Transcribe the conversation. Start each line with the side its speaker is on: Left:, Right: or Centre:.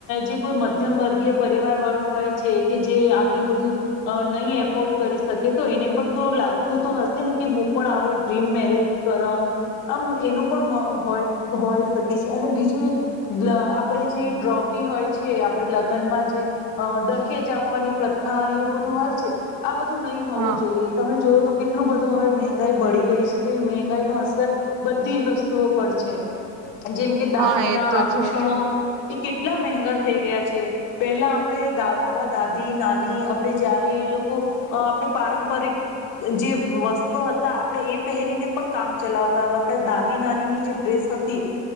Left: જે કોઈ મધ્યમ વર્ગીય પરિવાર વાળું હોય છે કે જે આટલું બધું અ નહીં એફોર્ડ કરી શકે તો એને પણ તો લાગતું તો હશે ને કે હું પણ આવે ડ્રીમ મેરેજ કરાવું, આમ એનું પણ મ હોય હોય શકે છે અને બીજું એક આપણે જે ડ્રોવરી હોય છે આપણે લગ્નમાં જે દહેજ આપવાની પ્રથા ને એવું બધું હોય છે. આ બધું નહીં હોવું
Right: હા
Left: જોઈએ તમે જોવો તો કેટલું બધું હવે મંહેગાઈ બળી ગઈ છે તો એ મંહેગાઈનો અસર બધી જ વસ્તુઓ પર છે. જેમ કે દાગીના,
Right: હા એ તો
Left: આભૂષણો
Right: છે જ
Left: એ કેટલા મહેંગા થઈ ગયા છે પહેલા આપણે
Right: હા
Left: દા આપણા દાદી નાની ની આપણે જયારે એ લોકો આપણે પારંપરિક જે વસ્ત્રો હતા આપણે એ પહેરીને પણ કામ ચલાવતા હતા આપણે દાદી નાનીની જે ડ્રેસ હતી